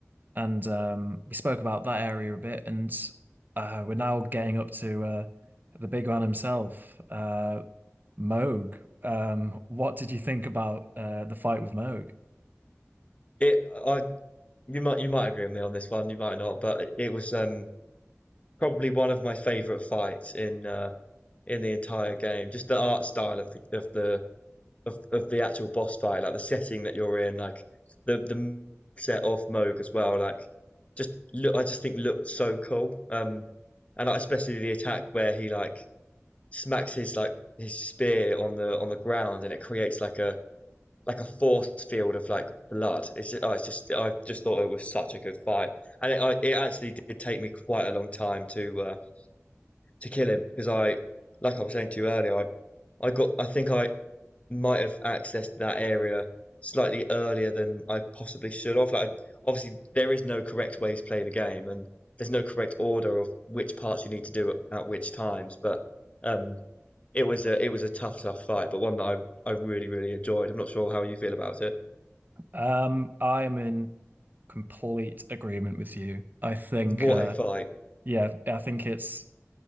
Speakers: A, on the right (about 40°); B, on the left (about 25°).
A: and um, we spoke about that area a bit, and uh, we're now getting up to uh, the big man himself. Uh, Moog. Um, what did you think about uh, the fight with Moog?
B: it. I you might you might agree with me on this one. You might not, but it it was um probably one of my favorite fights in uh in the entire game. Just the art style of the of the of, of the actual boss fight, like the setting that you're in, like the the set of Moog as well. Like just look, I just think looked so cool. Um, and like, especially the attack where he like smacks his like his spear on the on the ground and it creates like a like a force field of like blood. It's just, oh, it's just I just thought it was such a good fight, and it I, it actually did take me quite a long time to uh, to kill him because I, like I was saying to you earlier, I I got I think I might have accessed that area slightly earlier than I possibly should have. Like obviously there is no correct way to play the game, and there's no correct order of which parts you need to do at, at which times, but um. It was a it was a tough, tough fight, but one that I, I really, really enjoyed. I'm not sure how you feel about it.
A: Um, I am in complete agreement with you. I think,
B: What
A: uh,
B: a fight!
A: yeah, I think it's,